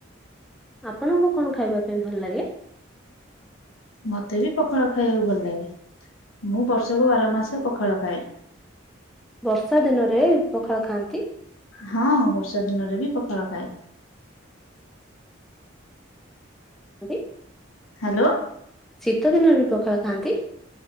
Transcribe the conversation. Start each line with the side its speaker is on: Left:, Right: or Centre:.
Centre: ଆପଣଙ୍କୁ କଣ ଖାଇବା ପାଇଁ ଭଲ ଲାଗେ?
Left: ମତେ ବି ପଖାଳ ଖାଇବାକୁ ଭଲ ଲାଗେ। ମୁଁ ବର୍ଷକୁ ବାର ମାସ ପଖାଳ ଖାଏ।
Centre: ବର୍ଷା ଦିନରେ ପଖାଳ ଖାଆନ୍ତି।
Left: ହଁ ବର୍ଷା ଦିନରେ ବି ପଖାଳ ଖାଏ।
Centre: ଆନ୍ତି।
Left: ହାଲୋ।
Centre: ଶୀତ ଦିନରେ ବି ପଖାଳ ଖାଆନ୍ତି।